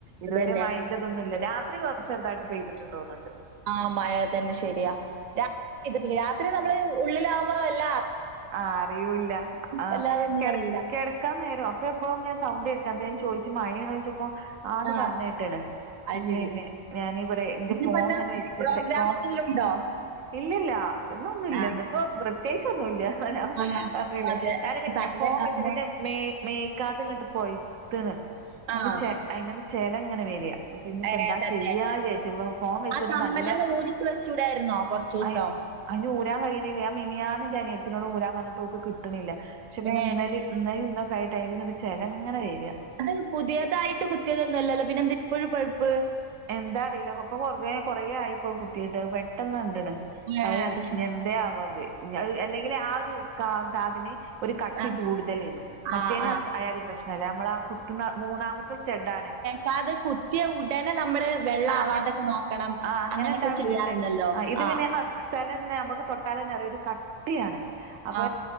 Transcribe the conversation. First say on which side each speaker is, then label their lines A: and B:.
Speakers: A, on the right; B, on the right.
A: ഇതുവരെ
B: അതന്നെ.
A: മയെ ഇതൊന്നും ഇല്ല രാത്രി കൊർച്ച് ചെറുതായിട്ട് പെയ്തിട്ട്ണ്ട് തോന്നുന്നുണ്ട്
B: ആഹ് മഴ തന്നെ ശരിയാ രാത്രി പെയ്തിട്ട രാത്രി നമ്മള് ഉള്ളിലാകുമ്പോ അല്ല
A: ആഹ് അറിയൂല്ല ആ
B: വല്ലാതൊന്നും
A: കെട്
B: അറിയില്ല.
A: കിടക്കാൻ നേരാ അപ്പ എപ്പോ ഞാൻ സൗണ്ടേട്ട അപ്പ ഞാൻ ചോദിച്ചു മഴയാണ് ചോയ്ച്ചപ്പോ ആന്ന്
B: ആഹ്
A: പറഞ്ഞേട്ട്ണ്
B: അത്
A: ഇല്ലെല്ലെ
B: ശരി.
A: ഞാനിവിടെ എന്റെ
B: ഇന്നിപ്പോ
A: ഫോൺ
B: എന്താ
A: ഇങ്ങനെ വെച്ചെട്ടിപ്പോ
B: പ്രോഗ്രാം എന്തെങ്കിലും ഉണ്ടോ?
A: ഇല്ലില്ല ഇന്നൊന്നും ഇല്ല
B: ആഹ്
A: ഇന്നിപ്പൊ പ്രത്യേകിച്ചൊന്നുല്ല ആ
B: ആഹ്
A: പറഞ്ഞില്ലേ
B: അതെ.
A: ഞാന് പിന്നെ
B: സൺഡേ
A: ഫോൺ
B: ഒക്കെ
A: വെച്ചിട്ടെന്റെ
B: ആവുമ്പോ
A: മേ മേക്കാതങ്ങട്ട് പോയിത്ത്ന്ന്
B: ആഹ്
A: അതിനകത്ത്ന്ന് ചെലങ്ങനെ വെര അപ്പൊ ഇനിപ്പോന്താ
B: ഏഹ് തന്നെ
A: ചെയ്യാവിചാരിച്ചക്ക്ണ് ഫോൺ വെച്ചിട്ട്
B: ആ കമ്മലൊന്ന്
A: നല്ല
B: ഊരിക്ക് വെച്ചൂടായിരുന്നോ കുറച്ചു ദിവസം
A: അയ് അയ്ന് ഊരാൻ കഴിയണില്ല ഞാൻ മിനിഞ്ഞാന്ന് എന്റെ അനിയത്തിനോട് ഊരാൻ പറഞ്ഞിട്ട് ഓക്ക് കിട്ടണില്ല പക്ഷെ പിന്നെ
B: ഏ
A: ഇന്നലെ ഇന്നലെ ഇന്നൊക്കെ ആയ്ട്ട് അയിൽനിന്നു ചെലം ഇങ്ങനെ വെരാ
B: അത് പുതിയതായിട്ട് കുത്തിയതൊന്നുംല്ലല്ലോ പിന്നെ എന്താ ഇപ്പോഴും പഴുപ്പ്
A: എന്താന്നറിയില്ല അപ്പ കൊറേ കൊറേ ആയി പ്പൊ കുത്തിട്ട് പെട്ടന്ന് കണ്ടണ്
B: ഏ
A: <unintelligible>
B: അത് ശരി
A: അല്ലങ്കിൽ ആ ഒരു <unintelligible> ഒരു കട്ടി
B: ആ
A: കൂടുതലയിന്നു മറ്റേന്
B: ആ ആ
A: ആയാതി പ്രശ്നല്ല നമ്മള കുത്തുന്ന മൂന്നാമത്തെ സ്റ്റെഡ് ആണ്.
B: കാത് കുത്തിയ ഉടനെ നമ്മള് വെള്ളാവാതൊക്കെ
A: ആ അങ്ങനെ
B: നോക്കണം
A: ആ അങ്ങനെ
B: അങ്ങനെയൊക്കെ
A: ഉണ്ടാവലുണ്ട്
B: ചെയ്യാറുണ്ടല്ലോ
A: ഇത്
B: ആ
A: പിന്നെ സ്ഥലം നമുക്ക് തൊട്ടാലന്നെ അറിയ ഒരു കട്ടിയാണ് അപ്പ
B: ആ